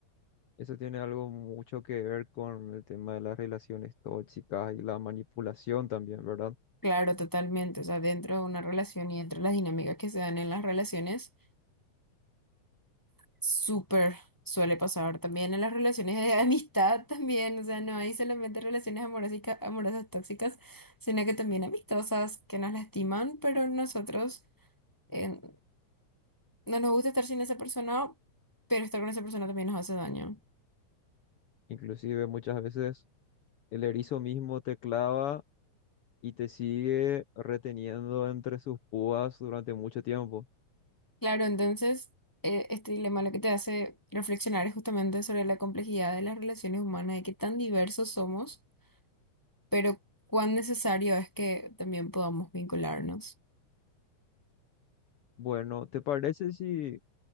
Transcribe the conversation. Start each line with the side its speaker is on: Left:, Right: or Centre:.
Left: Eso tiene algo mucho que ver con el tema de las relaciones tóxicas y la manipulación también, ¿verdad?
Centre: Claro, totalmente. O sea, dentro de una relación y entre las dinámicas que se dan en las relaciones, súper suele pasar también en las relaciones de <laughs> amistad también. O sea, no hay solamente relaciones amorosas, amorosas tóxicas, sino que también amistosas que nos lastiman, pero nosotros eh, No nos gusta estar sin esa persona, pero estar con esa persona también nos hace daño.
Left: Inclusive muchas veces el erizo mismo te clava y te sigue reteniendo entre sus púas durante mucho tiempo.
Centre: Claro, entonces, eh, este dilema lo que te hace reflexionar es justamente sobre la complejidad de las relaciones humanas, de qué tan diversos somos, pero cuán necesario es que también podamos vincularnos.
Left: Bueno, ¿te parece si